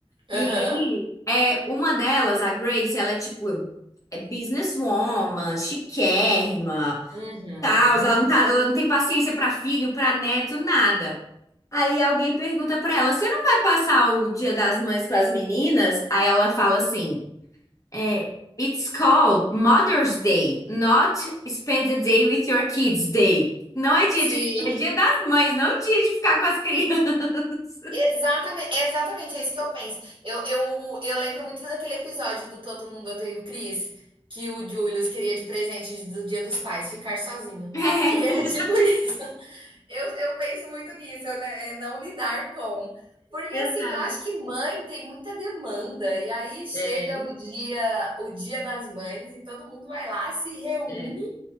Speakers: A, on the right; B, on the left.
A: Aham.
B: E aí, é uma delas, a Grace, ela é tipo é businesswoman, chiquérrima.
A: Uhum.
B: tal, ela não tá, ela não tem paciência pra filho, pra neto, nada. Aí alguém pergunta pra ela: "Você não vai passar o Dia das Mães com as meninas?" Aí ela fala assim: "É, it's called Mother's Day, not spend the day with your kids day." Não é dia
A: Sim.
B: de, é dia das mães, não dia de ficar com as crianças.
A: Exatamente, exatamente, é isso que eu penso. Eu, eu, eu lembro muito daquele episódio do Todo Mundo Odeia o Chris, que o Julius queria de presente do Dia dos Pais, ficar sozinho.
B: <laughs>
A: E é <laughs> tipo isso. Eu, eu penso muito nisso, né? É não lidar com. Porque
B: É,
A: assim,
B: exato.
A: eu acho que mãe tem muita demanda, e aí chega
B: É,
A: o dia, o dia das mães, e todo mundo vai lá, se reúne
B: é.